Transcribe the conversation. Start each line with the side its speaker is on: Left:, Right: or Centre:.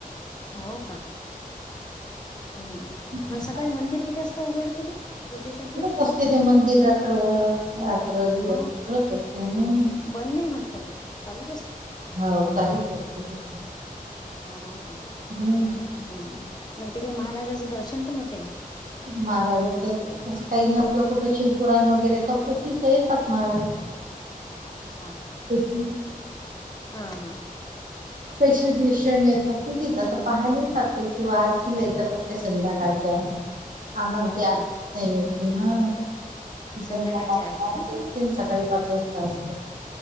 Left: हो का? हम्म,
Right: मस्त
Left: मग सकाळी मंदिर किती वासता उघडतं ते? पूजेसाठी?
Right: उघडच असते ते मंदिर रात्रभर, रात्र दिवस
Left: हो
Right: उघडच
Left: का
Right: असते ह.
Left: बंद नाही होत? का ते चालूच असते?
Right: हो चालूच असते.
Left: हो का?
Right: हम्म
Left: हम्म, मग तिकडे महाराजाचं दर्शन पण होते का?
Right: महाराजाचं तसं काय नसलं कुठं शिव कुराण वगैरे तर हो तिथं येतात महाराज
Left: अच्छा
Right: <unintelligible>
Left: हा हा.
Right: पेशंट बिशंट येतात ना तिथं तर पाहायला येतात ते, किंवा आरतीला येतात वाटतं संध्याकाळी. च्या, आम्हाला
Left: हो
Right: ती आरती
Left: का
Right: नाही भेटली हा. ती संध्याकाळी
Left: संध्याकाळची आरती
Right: चारची
Left: का?
Right: असते अन् सकाळी पाच वाजता असते.